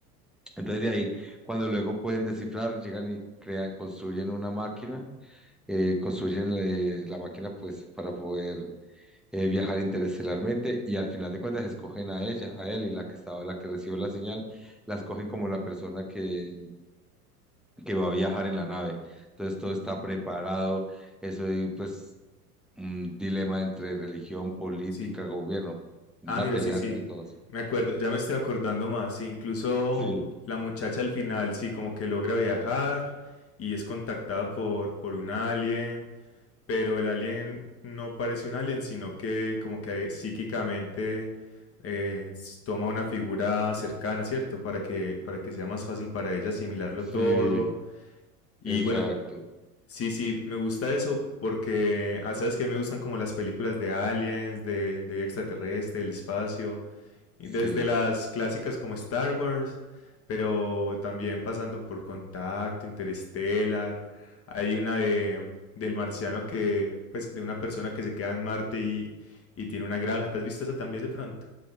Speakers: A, in the centre; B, on the left (about 30°).
A: Entonces de ahí, cuando luego pueden descifrar, llegan y crean, construyen una máquina, eh, construyen eh, la máquina pues para poder eh, viajar interestelarmente y al final de cuentas escogen a ella, a él y la que estaba, la que recibió la señal, la escogen como la persona que, que va a viajar en la nave. Entonces todo está preparado, eso y pues un dilema entre religión, política,
B: sí.
A: gobierno, una
B: Ah, mira,
A: pelea
B: sí, sí.
A: entre todos.
B: Me acuerdo, ya me estoy acordando más. Sí, incluso
A: Sí,
B: la muchacha al final, sí, como que logra viajar y es contactada por, por un alien. pero el alien no parece un alien, sino que como que psíquicamente eh, s- toma una figura cercana, ¿cierto? Para que, para que sea más fácil para ella asimilarlo
A: sí,
B: todo. Y
A: exacto,
B: bueno, sí, sí, me gusta eso porque, ah, ¿sabes que Me gustan como las películas de aliens, de, de vida extraterrestre, del espacio. Desde
A: sí.
B: las clásicas como Star Wars, pero también pasando por Contacto, Interstellar. Hay una de, del marciano que, pues, de una persona que se queda en Marte y, y tiene una granja. ¿Te has visto esa también de pronto?